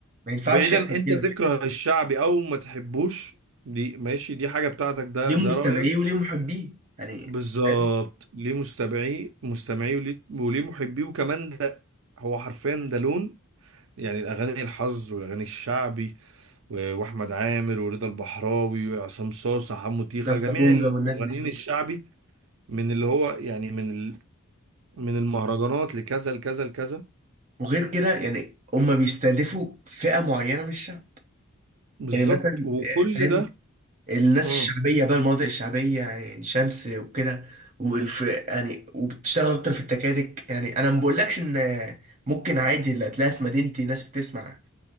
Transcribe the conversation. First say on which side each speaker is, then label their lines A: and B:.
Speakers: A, on the right; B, on the right.
A: ما ينفعش
B: بعيدا
A: يحصل
B: انت
A: كده
B: تكره الشعبي او ما تحبوش دي ماشي دي حاجة بتاعتك ده
A: ليه مستمعيه
B: ده رأيك
A: وليه محبيه يعني
B: بالظبط
A: فاهم
B: ليه مستمعيه مستمعيه وليه وليه محبيه وكمان ده هو حرفيا ده لون يعني الاغاني الحظ والاغاني الشعبي و- واحمد عامر ورضا البحراوي وعصام صاصا حمو تيخة
A: لانكا
B: جميع
A: بونجا
B: المغنيين
A: والناس دي
B: الشعبي من اللي هو يعني من ال... من المهرجانات لكذا لكذا لكذا
A: وغير كده يعني هم بيستهدفوا فئة معينة من الشعب
B: بالظبط
A: يعني مثلا
B: وكل
A: فاهم
B: ده
A: الناس
B: اه
A: الشعبية بقى المناطق الشعبية يعني شمس وكده والف يعني وبتشتغل اكتر في التكاتك يعني انا ما بقولكش ان ممكن عادي اللي هتلاقيها في مدينتي ناس بتسمع